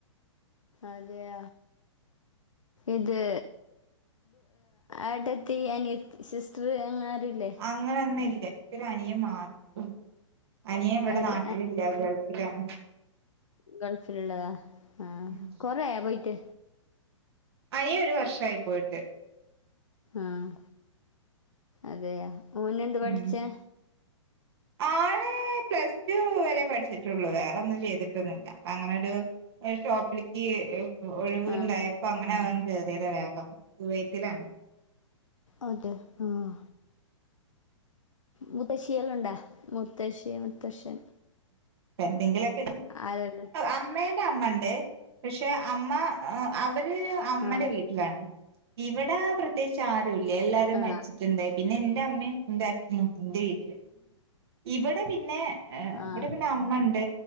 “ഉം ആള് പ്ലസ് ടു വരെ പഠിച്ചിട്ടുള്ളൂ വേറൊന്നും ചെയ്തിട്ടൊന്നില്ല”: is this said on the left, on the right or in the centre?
Right